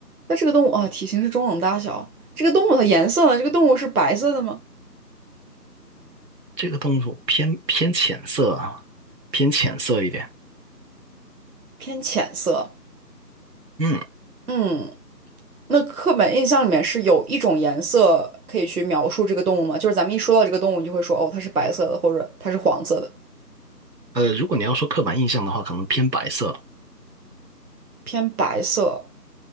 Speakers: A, on the right (about 60°); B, on the right (about 75°).
A: 那这个动物啊，体型是中等大小。这个动物的颜色呢？这个动物是白色的吗？
B: 这个动物偏偏浅色啊，偏浅色一点。
A: 偏浅色。
B: 嗯，
A: 嗯。那刻板印象里面是有一种颜色可以去描述这个动物吗？就是咱们一说到这个动物，你就会说哦，它是白色的，或者它是黄色的，
B: 呃，如果你要说刻板印象的话，可能偏白色了。
A: 偏白色，